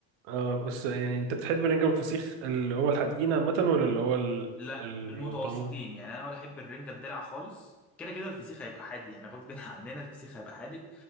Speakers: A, on the right; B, in the centre.
A: آه بس يعني انت بتحب الرنجة والفسيخ اللي هو الحدقين عامة ولا اللي هو ال-
B: لا
A: اللي
B: من
A: بيبقى
B: المتوسطين
A: طعمهم
B: يعني انا ولا احب الرنجه الدلع خالص كده كده الفسيخ هيبقى حادق يعني غصب <laughs> عننا الفسيخ هيبقى حادق